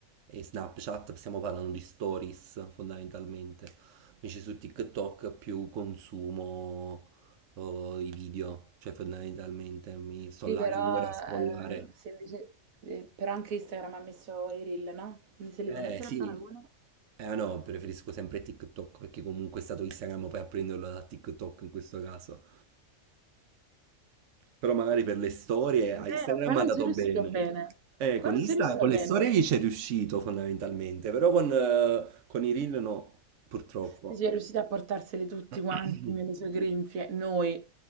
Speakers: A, on the right; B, on the right.
A: e Snapchat stiamo parlando di stories fondamentalmente, invece su TikTok più consumo eh, i video, cioè fondamentalmente mi sto
B: Sì,
A: là
B: però,
A: le ore a scrollare.
B: eh, se invece- eh, però anche Instagram ha messo i reel, no? Quindi se li
A: Eh
B: vuoi mettere
A: sì,
B: a paragone.
A: eh no, preferisco sempre TikTok perché comunque è stato Instagram poi a prenderlo da TikTok in questo caso. Però magari per le storie
B: È
A: a
B: vero,
A: Instagram
B: qua non
A: è andato
B: sei riuscito
A: bene.
B: bene.
A: Eh,
B: Qua
A: con
B: non
A: Insta,
B: sei riuscito
A: con le
B: bene.
A: storie gli c'è riuscito fondamentalmente, però con, eh, con i reel no, purtroppo.
B: Sì, sì, è riuscita a portarseli tutti
A: <clears throat>
B: quanti nelle sue grinfie, noi